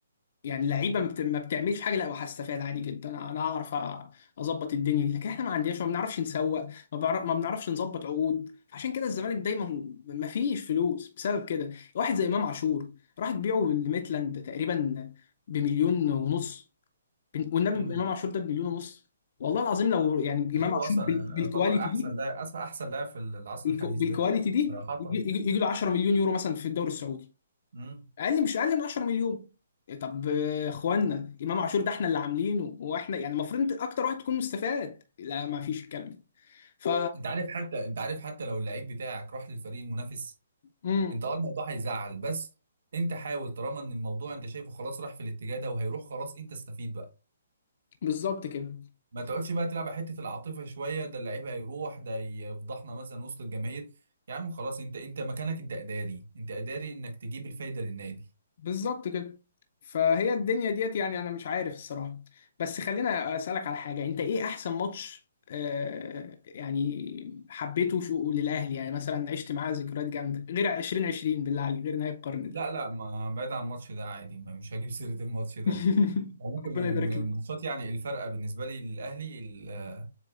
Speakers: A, on the left; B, on the right.
A: يعني لعيبه ما بت- ما بتعملش حاجه لا وهستفاد عادي جدا انا هعرف أ- اظبط الدنيا دي لكن احنا ما عندناش ما بنعرفش نسوق ما, بعرف ما بنعرفش نظبط عقود عشان كده الزمالك دايما ما فيش فلوس بسبب كده واحد زي امام عاشور راح تبيعه لميتلاند تقريبا بمليون ونص بن- والنبي
B: مم.
A: امام عاشور ده بمليون ونص والله العظيم لو يعني
B: جيرو
A: امام عاشور
B: اصلا
A: بال- بالكواليتي
B: يعتبر احسن
A: دي
B: لاعب احسن احسن لاعب في العصر
A: بالكو-
B: الحديث
A: بالكواليتي
B: ده
A: دي
B: صراحه
A: يجي يجي- يجي له 10 مليون يورو مثلا في الدوري السعودي
B: امم
A: اقل مش اقل من 10 مليون إيه طب آه، اخوانا امام عاشور ده احنا اللي عاملينه واحنا يعني المفروض انت اكتر واحد تكون مستفاد لا ما فيش الكلام ده ف
B: انت عارف حتى انت عارف حتى لو اللعيب بتاعك راح للفريق المنافس
A: امم
B: انت اه الموضوع هيزعل بس انت حاول طالما ان الموضوع انت شايفه خلاص راح في الاتجاه ده وهيروح خلاص انت استفيد بقى
A: بالظبط كده
B: ما تقعدش بقى تلعب على حته العاطفه شويه ده اللعيب هيروح ده يفضحنا مثلا وسط الجماهير يا عم خلاص انت انت مكانك انت اداري انت اداري انك تجيب الفايده للنادي
A: بالظبط كده فهي الدنيا ديت يعني انا مش عارف الصراحه بس خلينا اسالك على حاجه انت ايه احسن ماتش آه يعني حبيته شو للاهلي يعني مثلا عشت معاه ذكريات جامده غير 2020 بالله عليك غير نهايه القرن ده
B: لا لا ما بعيد عن الماتش ده عادي ما- مش هجيب سيره الماتش ده
A: <laughs>
B: ممكن
A: ربنا
B: من
A: يبارك
B: من الماتشات
A: لك
B: يعني الفرقه بالنسبه لي للاهلي ال-